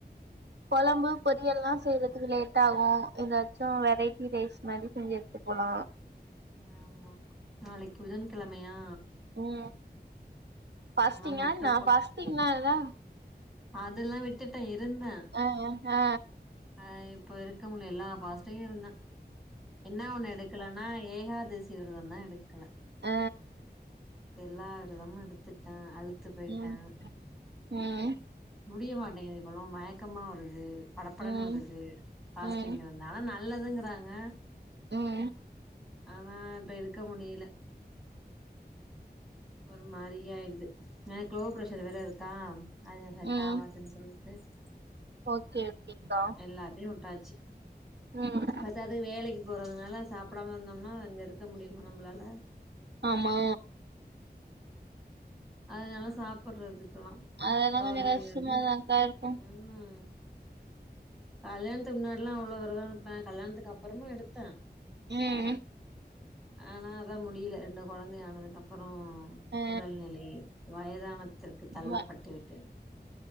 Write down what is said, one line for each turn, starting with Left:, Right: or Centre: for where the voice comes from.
Right: கொழம்பு பொரியல்லா செய்றதுக்கு லேட்டாகு எதாச்சு வெரைட்டி ரைஸ் மாரி செஞ்சு எடுத்துட் போலா
Centre: ஆமா நாளைக் புதன் கெழமயா
Right: ம் பாஸ்டிங்கா
Centre: முட்ட
Right: என்ன பாஸ்டிங் நாளா
Centre: அதல்ல விட்டுட்டே இருந்தே
Right: அ அ
Centre: ஆ இப்ப இருக்க முடில எல்லா பாஸ்ட்டு இருந்தே என்ன ஒண்ணு எடுக்கல னா ஏகாதசி விரதந்தா எடுக்கல
Right: அ
Centre: மத்த எல்லா விரதமு எடுத்துட்டே அலுத்து போய்ட்டே
Right: ம் ம்
Centre: முடிய மாட்டேங்குது இப்பெல்லா மயக்கமா வருது படப்படனு
Right: ம்
Centre: வருது பாஸ்டிங்
Right: ம்
Centre: இருந் ஆனா நல்லதுங்றாங்க
Right: ம்
Centre: ஆனா இப்ப இருக்க முடியல ஒரு மாரி ஆய்டுது எனக் லோ ப்ரஷர் வேற இருக்கா அது செட்
Right: ம்
Centre: ஆவாதுன் சொல் தெஸ்
Right: ஓகே ஓகேக்கா
Centre: எல்லாத்யு வுட்டாச்சி
Right: ம்
Centre: பத்தாது வேலைக்கு போறதுனால சாப்டாம இருந்தோம்னா அங்க இருக்க முடியுமா நம்ளால
Right: ஆமா
Centre: அதனால சாப்புறது இப்பெல்லா
Right: அதெல்லா
Centre: பெளர்ணமி
Right: கொஞ்சோ கஷ்டமாதாக்கா
Centre: வேரதோ
Right: இருக்கு
Centre: உம் கல்யாண்த்து முன்னாடி எல்லா அவ்ளோ வேரதோ இருப்ப கல்யாணத்துக்கு அப்புறமு எடுத்த
Right: ம்
Centre: ஆனா அதா முடில ரெண்டு கொழந்த ஆனதுக்கு அப்பறோ
Right: ஆ
Centre: உடல் நிலை வயதானத்திற்கு தள்ளப்பட்டு
Right: வ
Centre: விட்டது